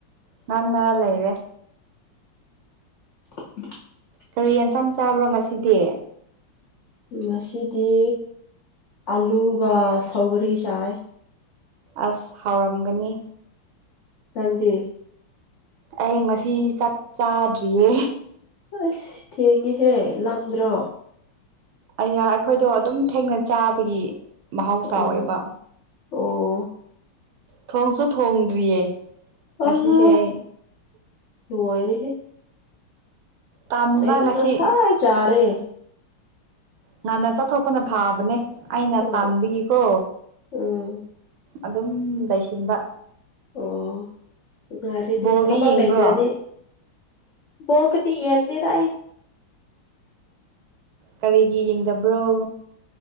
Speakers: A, on the right; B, on the left.
A: ꯉꯥꯡ ꯉꯔ ꯂꯩꯔꯦ
B: <inaudible>
A: ꯀꯔꯤ ꯌꯦꯟꯁꯥꯡ ꯆꯥꯕ꯭ꯔꯣ ꯉꯁꯤꯗꯤ
B: ꯉꯁꯤꯗꯤ ꯑꯂꯨꯒ ꯁꯧꯒꯔꯤ ꯆꯥꯏ
A: ꯑꯁ ꯍꯥꯎꯔꯝꯒꯅꯤ
B: ꯅꯪꯗꯦ
A: ꯑꯩ ꯉꯁꯤ ꯆꯥꯛ ꯆꯥꯗ꯭ꯔꯤꯌꯦ
B: ꯑꯁ ꯊꯦꯡꯉꯦꯍꯦ ꯂꯝꯗ꯭ꯔꯣ
A: ꯑꯩ ꯑꯩꯈꯣꯏꯗꯣ ꯑꯗꯨꯝ ꯊꯦꯡꯅ ꯆꯥꯕꯒꯤ ꯃꯍꯧꯁꯥꯋꯕ
B: ꯑꯣ ꯑꯣ
A: ꯊꯣꯡꯁꯨ ꯊꯣꯡꯗ꯭ꯔꯤꯌꯦ ꯉꯁꯤꯁꯦ
B: ꯑꯜꯂ
A: ꯑꯩ
B: ꯍꯣꯏꯔꯦ
A: ꯇꯥꯟꯕ
B: ꯑꯩꯗꯤꯒꯁꯥꯏ
A: ꯉꯁꯤ
B: ꯆꯥꯔꯦ
A: ꯉꯥꯟꯟꯅ ꯆꯠꯊꯣꯛꯄꯅ ꯐꯥꯕꯅꯦ ꯑꯩꯅ
B: ꯍꯣꯏ
A: ꯇꯥꯟꯕꯒꯤꯀꯣ
B: ꯎꯝ
A: ꯑꯗꯨꯝ ꯂꯩꯁꯤꯟꯕ
B: ꯑꯣ ꯉꯔꯦꯗꯤ
A: ꯕꯣꯜꯗꯤ
B: ꯊꯕꯛ
A: ꯌꯦꯡꯕ꯭ꯔꯣ
B: ꯂꯩꯇ꯭ꯔꯗꯤ ꯃꯀꯅꯤ ꯌꯦꯗꯏꯔ
A: ꯀꯔꯤꯒꯤ ꯌꯦꯡꯗꯕ꯭ꯔꯣ